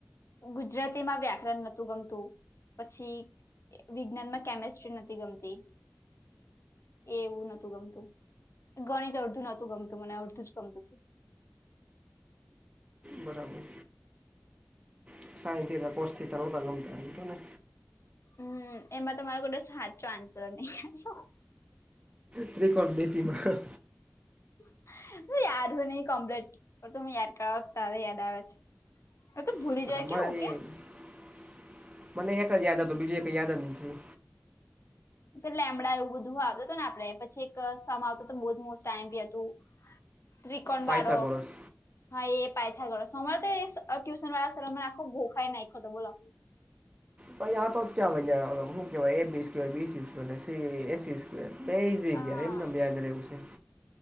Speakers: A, on the left; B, on the right.
A: ગુજરાતી માં વ્યાકરણ નહોતું ગમતું પછી. વિજ્ઞાન માં કેમેસ્ટ્રી નથી ગમતી. એ એવું નોતું ગમતું ગણિત અડધું નોતું ગમતું મને અડધું જ ગમતું હતું.
B: બરાબર. <unintelligible> ગમતા હં તને.
A: હમ એમાં ત મારો બધો હાચો આન્સર નહીં આયો.
B: ત્રિકોણ મિતિતમાં
A: <inaudible> યાદ હોન કમપ્લીટ તમે યાદ કરત તારે યાદ આવે છે. હવે તો ભૂલી
B: <unintelligible>
A: જાય કેવું કે
B: મને એક જ યાદ હતુ બીજું કઈ યાદ જ નથી.
A: પેલા લેમડા એવું બધું આવ હતને આપડે પછી એક સમ આવતો બ મોસ્ટ આઇ એમ પી હતું. ત્રિકોણ
B: પાયથાગોરસ
A: બારો. હા એ પાયથ ગો સમયરે તો એ ટ્યુશન વાળ સર મને આખો ગોખાય નાઈખયોત બોલો.
B: ભાઈ આતા તો ક્યા વ્યા હું કે ભાઈ A B square, BC square, AC AC square બેજ
A: હા
B: એમનેમ યાદ રવું છે